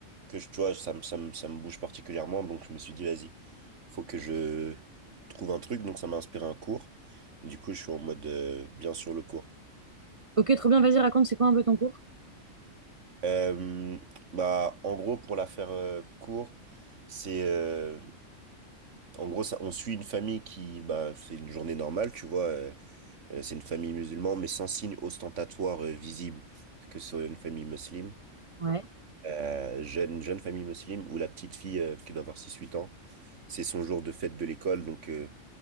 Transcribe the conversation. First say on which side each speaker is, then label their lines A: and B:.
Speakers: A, on the right; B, on the right.
A: que je, tu vois, ça me, ça me, ça me bouge particulièrement. Donc, je me suis dit, vas-y, faut que je trouve un truc. Donc, ça m'a inspiré un cours. Du coup, je suis en mode, euh, bien sur le cours.
B: Ok, trop bien, vas-y, raconte, c'est quoi un peu ton cours?
A: Euh, bah, en gros, pour la faire euh, court, c'est, euh, en gros, ça, on suit une famille qui, bah, c'est une journée normale, tu vois. euh, euh, c'est une famille musulmane, mais sans signe ostentatoire euh, visible que ce soit une famille musulmane,
B: Ouais.
A: euh, jeune, jeune famille musulmane, où la petite fille euh, qui doit avoir six huit ans. C'est son jour de fête de l'école, donc euh,